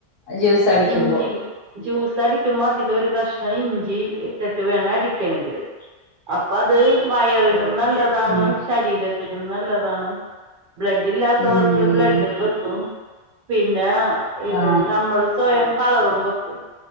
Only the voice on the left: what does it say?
ജ്യൂസ് അടിക്കുമ്പോ
ഓക്കെ
ഉം
ഉം
ആ